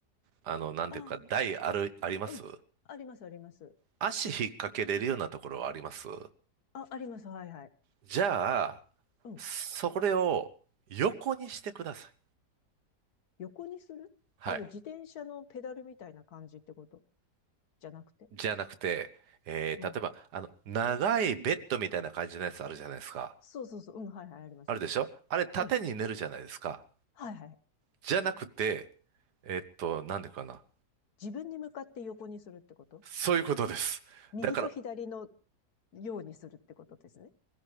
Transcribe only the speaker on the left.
あ
あ、うん。あります、あります。
あ、あります。はい、はい。
うん。
横にするあの、
自転車のペダルみたいな感じってことじゃなくて。
うん。
そうそうそう。うん、はいはい、あります。
うん。はいはい。
自分に向かって横にするってこと
右と左の
ようにするってことですね。